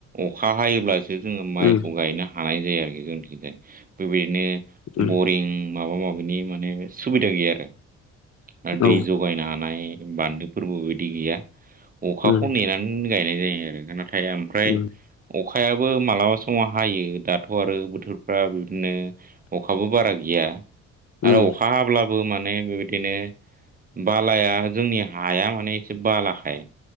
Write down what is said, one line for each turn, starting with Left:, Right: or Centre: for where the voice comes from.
Right: अखा हायोब्ला सो जोङो माइखौ
Left: उम
Right: गायनो हानाय जायो आरोखि जोंनिथिंजाय बेबायदिनो
Left: उम
Right: बरिं माबा- माबिनि माने सुबिदा गैया आरो
Left: उम
Right: दै
Left: औ
Right: जगायनो हानाय बान्दोफोरबो दै गैया अखाखौ
Left: उम
Right: नेनानै गायनाय जायो। आरो नाथाय ओमफ्राय
Left: उम
Right: अखायाबो मालाबा समाव हायो दाथ' आरो बोथोर फ्रा बिदिनो अखाबो बारा गैया आरो
Left: उम
Right: अखा हाब्ला बो माने बेबायदिनो बालाया जोंनि हाया माने एसे बालाखाय